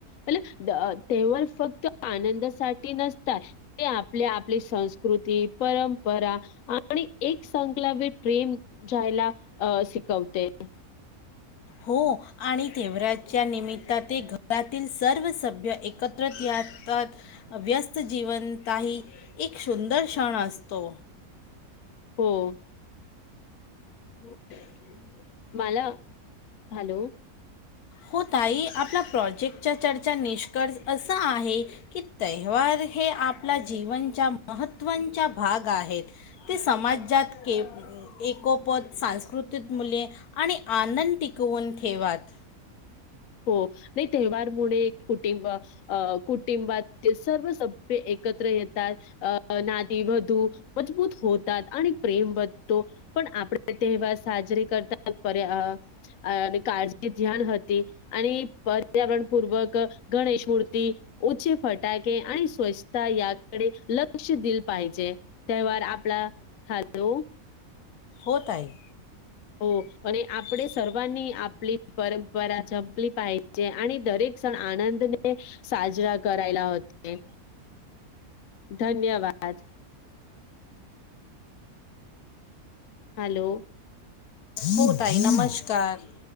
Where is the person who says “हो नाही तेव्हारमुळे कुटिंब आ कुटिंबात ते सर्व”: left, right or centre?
Left